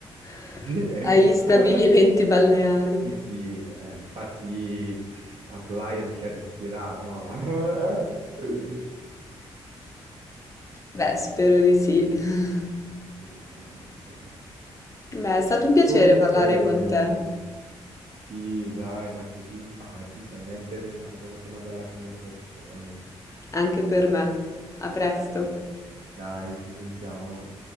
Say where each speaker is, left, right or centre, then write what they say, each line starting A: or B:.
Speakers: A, on the left (about 25°); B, on the right (about 50°).
A: <laughs>
B: Sì, è
A: agli
B: vero.
A: stabilimenti
B: <laughs>
A: balneari.
B: Sì, sì, eh, infatti Outlier ci arricchirà, no? <laughs>
A: Beh, spero di sì. <laughs>
B: Speriamo, speriamo.
A: Beh, è stato un piacere
B: Comunque,
A: parlare con te,
B: sì, dai, ma sei simpatica, è interessante, è stata una bella conversazione.
A: anche per me. A presto.
B: Dai, ci sentiamo.